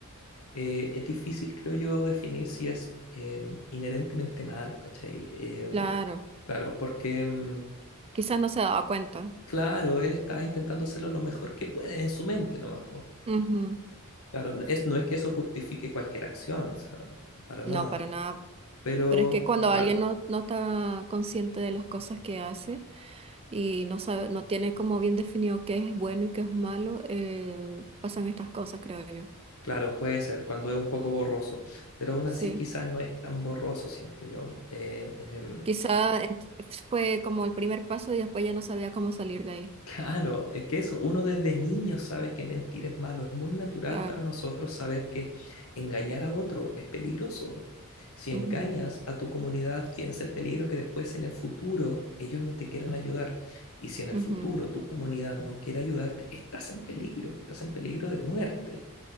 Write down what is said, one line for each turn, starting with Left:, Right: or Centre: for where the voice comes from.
Left: eh, es difícil, creo yo, definir si es eh, inherentemente malo, ¿cachai? Eh,
Right: Claro.
Left: claro, porque, mm,
Right: Quizás no se daba cuenta.
Left: claro, él está intentando hacerlo lo mejor que puede en su mente nomás, pues.
Right: Ujú.
Left: Claro, es, no es que eso justifique cualquier acción, o sea, para
Right: No,
Left: nada,
Right: para nada.
Left: pero
Right: Pero es que cuando
Left: claro,
Right: alguien no, no está consciente de las cosas que hace y no sabe, no tiene como bien definido qué es bueno y qué es malo, eh, pasan estas cosas, creo yo.
Left: claro, puede ser cuando es un poco borroso, pero aún
Right: Sí.
Left: así quizás no es tan borroso, siento yo. Eh, em,
Right: Quizá ent- fue como el primer paso y después ya no sabía cómo salir de ahí.
Left: Claro, es que eso, uno desde niño sabe que mentir es malo, es muy natural
Right: Claro.
Left: para nosotros saber que engañar a otro es peligroso. Si engañas
Right: Ujú,
Left: a tu comunidad, tienes el peligro que después en el futuro ellos no te quieran ayudar. Y si en el
Right: ujú.
Left: futuro tu comunidad no quiere ayudarte, estás en peligro, estás en peligro de muerte.